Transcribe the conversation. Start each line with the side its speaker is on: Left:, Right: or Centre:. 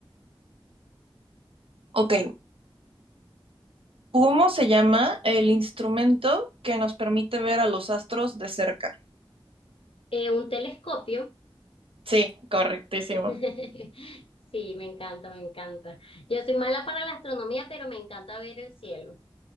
Right: ok, ¿cómo se llama el instrumento que nos permite ver a los astros de cerca?
Left: Eh, un telescopio.
Right: Sí, correctísimo.
Left: <laughs> Sí, me encanta, me encanta. Yo soy mala para la astronomía, pero me encanta ver el cielo,